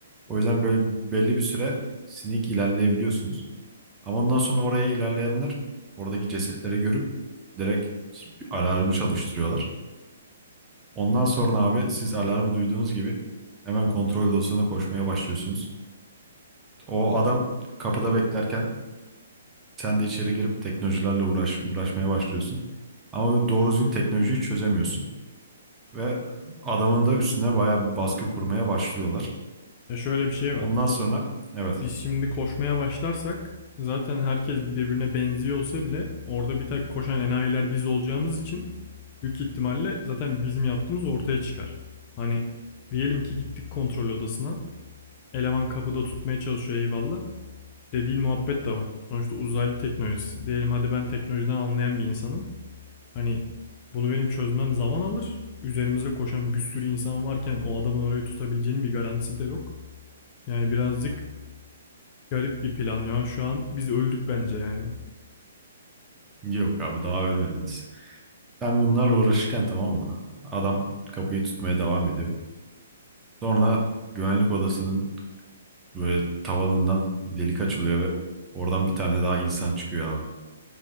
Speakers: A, on the right (about 15°); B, on the left (about 35°).
A: O yüzden böyle belli bir süre sinik ilerleyebiliyorsunuz. Ama ondan sonra oraya ilerleyenler oradaki cesetleri görüp direkt bir alarmı çalıştırıyorlar. Ondan sonra abi siz alarmı duyduğunuz gibi hemen kontrol odasına koşmaya başlıyorsunuz. O adam kapıda beklerken Sen de içeri girip teknolojilerle uğraş, uğraşmaya başlıyorsun. Ama bir doğru düzgün teknolojiyi çözemiyorsun. Ve adamın da üstüne bayağı bir baskı kurmaya başlıyorlar.
B: Ya şöyle bir şey
A: Ondan
B: var.
A: sonra evet
B: Biz şimdi koşmaya başlarsak zaten herkes birbirine benziyor olsa bile orada bir tek koşan enayiler biz olacağımız için büyük ihtimalle zaten bizim yaptığımız ortaya çıkar. Hani diyelim ki gittik kontrol odasına. Eleman kapıda tutmaya çalışıyor eyvallah. dediğin muhabbet de var. Sonuçta uzaylı teknolojisi. Diyelim hadi ben teknolojiden anlayan bir insanım. Hani bunu benim çözmem zaman alır. Üzerimize koşan bir sürü insan varken o adamın orayı tutabileceğinin bir garantisi de yok. Yani birazcık garip bir plan ya. Şu an biz öldük bence yani.
A: yok abi daha ölmediniz. Sen bunlarla uğraşırken tamam mı? Adam kapıyı tutmaya devam ediyor. Sonra güvenlik odasının böyle tavanından bir delik açılıyor ve oradan bir tane daha insan çıkıyor abi.